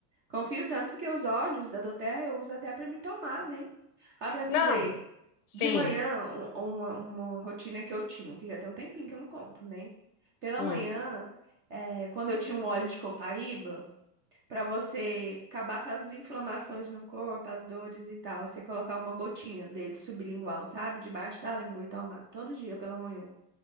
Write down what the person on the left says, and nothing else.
Não,
sim.
Hum.